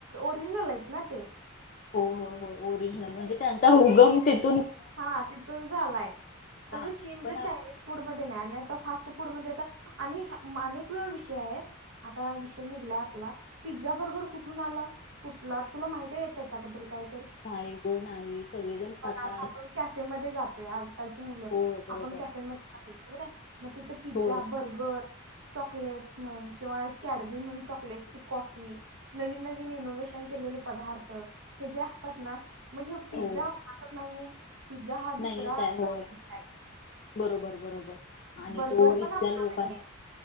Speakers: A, on the right; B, on the left.
A: ओरिजनल आहेत ना ते..
B: हो, हो, होय. ओरिजनल म्हणजे त्यांचा उगम ति --
A: हा. तिथून झालाय.
B: हा
A: तस चीनचं
B: पण आप-
A: चायनीज फूड <unintelligible> फास् फूड मध्ये आता आणि अनेक वे विषय हाय आता विषय निघला आपला- - पिझ्झा, बर्गर कुठून आला? कुठला? तुला माहिती आहे त्याच्याबद्दल काय?..
B: नाही गं नाही. सगळेजण खातात.
A: आता आपण कॅफे मध्ये जातोय. आजकालची मुलं
B: होय बरोबर
A: आपण कॅफेमध्ये जातोय, बरोबर हाय. मग तिथं पिझ्झा,
B: होय
A: बर्गर चॉकलेट् म्हण किंवा कॅडबी म्हण चॉकलेटची कॉफी नवीन नवीन इनोवेशन के- - लेले पदार्थ हे जे असतात ना.. मग ह्यो पिझ्झा
B: हो
A: आपलां तर नाही. पिझ्झा हा दुसरा
B: नाहीच आहे
A: <unintelligible>
B: होय बरोबर बरोबर आणि
A: बर्गर
B: तो
A: पण
B: इथल्या
A: आपला
B: लोकां
A: नाहीये